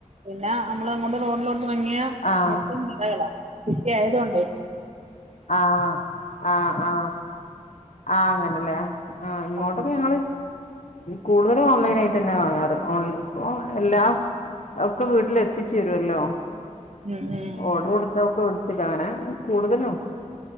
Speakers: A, on the right; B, on the left.
A: പിന്ന നമ്മളെങ്ങോട്ട് റോഡിലോട്ട് ഭങ്ങിയ
B: ആഹ്
A: മൊത്തം നിലകളാ സിറ്റി ആയതോണ്ടെ
B: അഹ് ആ ആ അഹ് അങ്ങനല്ലേ അ ആഹ് ഇങ്ങോട്ടൊക്കെ
A: ഉം
B: ഞങ്ങള് കൂടുതലും ഓൺലൈനായിട്ട് ന്നെ വാങ്ങാറ് ഓൺ ഇപ്പൊ എല്ലാ ഒക്കെ വീട്ടില് എത്തിച്ചുരുവല്ലോ
A: ഉം ഉം
B: ഓടർ കൊടുത്തൊക്ക് <unintelligible> കൂടുതലും